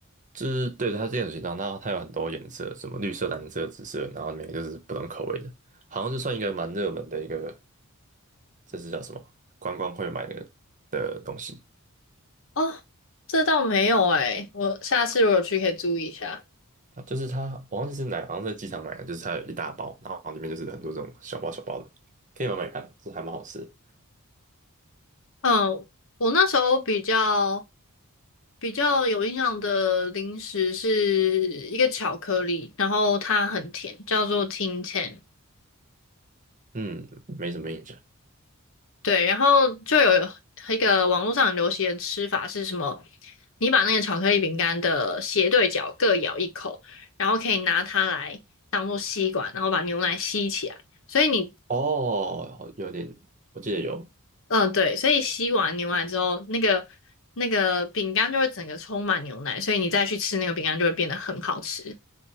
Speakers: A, on the right (about 35°); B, on the left (about 65°).
A: 就是对它这样形状，后它有很多颜色，什么绿色、蓝色、紫色，然后每个就是不同口味的，好像是算一个蛮热门的一个，这是叫什么？观光会买的的东西。
B: 哦，这倒没有诶，我下次如果去可以注意一下。
A: 它就是它，我忘记是哪，好像在机场买的，就是它有一大包，然后里面就是很多这种小包小包的，可以买买看，这还蛮好吃的
B: 嗯，我那时候比较比较有印象的零食是一个巧克力，然后它很甜，叫做 Tin Tan。
A: 嗯，没什么印象。
B: 对，然后就有一个网络上很流行的吃法是什么？你把那个巧克力饼干的斜对角各咬一口，然后可以拿它来当做吸管，然后把牛奶吸起来。所以你
A: 哦，有点，我记得有，
B: 嗯，对，所以吸完牛奶之后，那个那个饼干就会整个充满牛奶，所以你再去吃那个饼干就会变得很好吃。